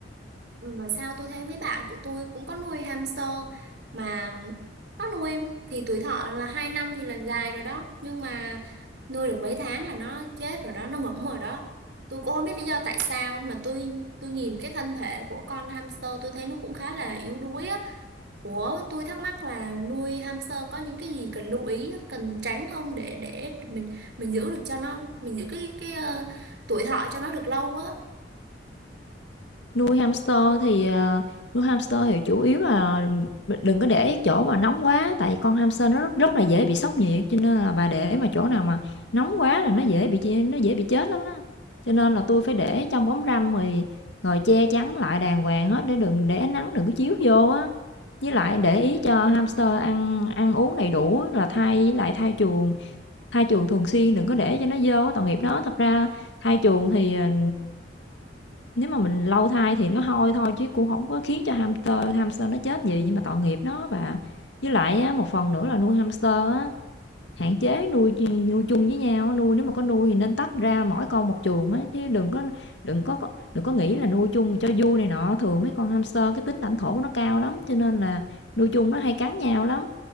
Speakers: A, on the right; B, on the left.
A: Ừ, Mà sao tôi thấy mấy bạn của tôi cũng có nuôi hamster mà nó nuôi thì tuổi thọ là 2 năm thì là dài rồi đó nhưng mà nuôi được mấy tháng là nó chết rồi đó nó ngủm rồi đó tôi cũng không biết lý do tại sao mà tôi tôi nhìn cái thân thể của con hamster tôi thấy nó cũng khá là yếu đuối á Ủa tôi thắc mắc là nuôi hamster có những cái gì cần lưu ý cần tránh không để để mình mình giữ được cho nó mình giữ cái cái ờ, tuổi thọ cho nó được lâu á
B: Nuôi hamster thì, ờ, nuôi hamster thì chủ yếu là đừng có để chỗ mà nóng quá, tại con hamster nó rất rất là dễ bị sốc nhiệt, cho nên là bà để mà chỗ nào mà nóng quá là nó dễ bị ch nó dễ bị chết lắm á. Cho nên là tôi phải để trong bóng râm rồi rồi che chắn lại đàng hoàng hết để đừng để ánh nắng đừng có chiếu vô á. Với lại để ý cho hamster ăn ăn uống đầy đủ á, là thay với lại thay chuồng, thay chuồng thường xuyên đừng có để cho nó vô á, tội nghiệp nó. Thật ra thay chuồng thì, ờ nếu mà mình lâu thai thì nó hôi thôi chứ cũng không có khiến cho hamster hamster nó chết gì, nhưng mà tội nghiệp nó và Với lại á, một phần nữa là nuôi hamster á, hạn chế nuôi ch nuôi chung với nhau á, nuôi nếu mà có nuôi thì nên tách ra mỗi con một chuồng á, chứ đừng có đừng có đừng có nghĩ là nuôi chung cho vui này nọ. Thường mấy con hamster cái tính lãnh thổ của nó cao lắm, cho nên là nuôi chung nó hay cắn nhau lắm.